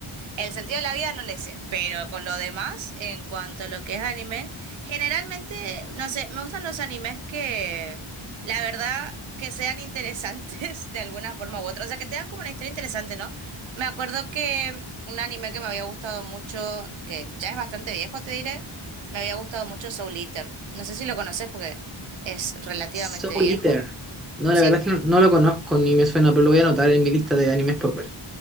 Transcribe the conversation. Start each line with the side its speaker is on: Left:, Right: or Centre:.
Right: El sentido de la vida no le sé, pero con lo demás, en cuanto a lo que es anime, generalmente, no sé, me gustan los animes que, la verdad, que sean interesantes <laughs> de alguna forma u otra, o sea, que tengan como una historia interesante, ¿no? Me acuerdo que un anime que me había gustado mucho, que ya es bastante viejo, te diré, me había gustado mucho Soul Eater. No sé si lo conoces porque es relativamente
Centre: Soul
Right: viejo.
Centre: Eater. No,
Right: Sí,
Centre: la verdad es que no, no lo conozco ni me suena, pero lo voy a anotar en mi lista de animes por ver.